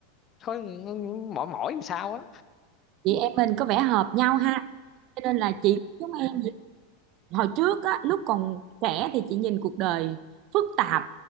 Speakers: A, on the left; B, on the right.
A: khó nó mỏi mỏi làm sao á
B: chị em mình có vẻ hợp nhau ha cho nên là chị giống em hồi trước á lúc còn trẻ thì chị nhìn cuộc đời phức tạp